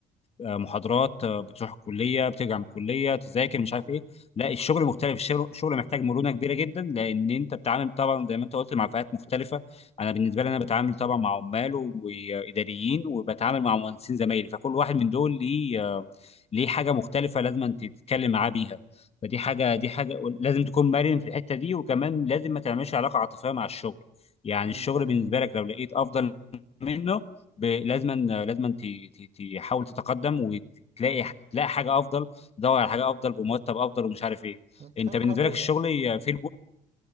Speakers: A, on the left; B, on the right.
A: آه، محاضرات آه، بتروح الكليه بترجع من الكليه تذاكر مش عارف ايه لا الشغل مختلف الشغل الشغل محتاج مرونه كبيره جدا لان انت بتتعامل طبعا زي ما انت قلت مع فئات مختلفه انا بالنسبه لي انا بتعامل طبعا مع عمال و- واداريين وبتعامل مع مهندسين زمايلي فكل واحد من دول ليه آه، ليه حاجه مختلفه لازم أنت تتكلم معاه بيها فدي حاجه دي حاجه لازم تكون مرن في الحته دي وكمان لازم ما تعملش علاقه عاطفيه مع الشغل يعني
B: مم،
A: الشغل
B: ده حقيقة
A: بالنسبه لك لو لقيت افضل منه ب- لازما لازما ت- ت- تحاول تتقدم وتلاقي تلاقي حاجه افضل تدور على حاجه افضل بمرتب افضل ومش عارف ايه
B: حاجة
A: انت بالنسبه
B: حرية
A: لك الشغل في الوقت